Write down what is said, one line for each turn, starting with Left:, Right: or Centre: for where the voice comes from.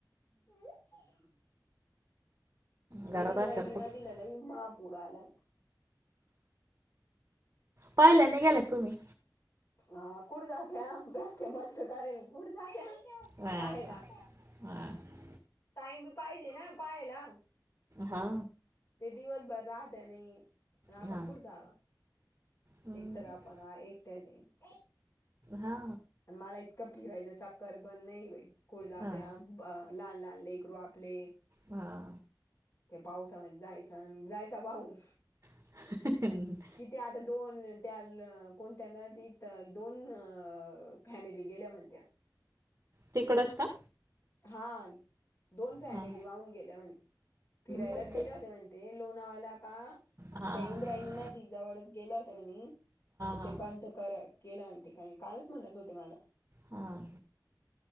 Left: हम्.
Right: घरात
Left: ते इंद्रायणी
Right: असल्यावर
Left: नदीला
Right: कुठं
Left: लई महापूर आलाय.
Right: पहिल्यांदा गेलाय तुम्ही?
Left: हा कुड जात्या बस्ते म करेल कुड जात्या.
Right: हां
Left: पाहायला
Right: का हां
Left: टाईम बी पाहिजे ना पाहायला.
Right: हा.
Left: ते दिवसभर राहत्या आणि आपण
Right: का
Left: कुठे जावा.
Right: हम्म,
Left: एक तर आपण एकट्याच आहे.
Right: हा.
Left: आणि मला इतकं फिरायचं सक्कर पण नाही कुठ जातया.
Right: हां
Left: अ लहान लहान लेकरू आपले-
Right: हा.
Left: ते पावसामध्ये जायचं आणि जायच वाहून.
Right: ह.
Left: किती आता दोन - त्या कोणत्या नदीत दोन फॅमिली गेल्या म्हणत्या. <inaudible>
Right: तिकडंच काय?
Left: हा, दोन फॅमिली
Right: हां
Left: वाहून गेल्या म्हणी, फिरायलाच
Right: मग
Left: गेल्या
Right: ते
Left: होत्या म्हणी. ते, लोणावळ्याला आता,
Right: हां
Left: त्या
Right: हां
Left: इंद्रायणी न दीजवळ गेला होता म्हणी, त
Right: हां
Left: ते बंध कराय. केला म्हणते काय, कालच म्हणत होते माला.
Right: हां.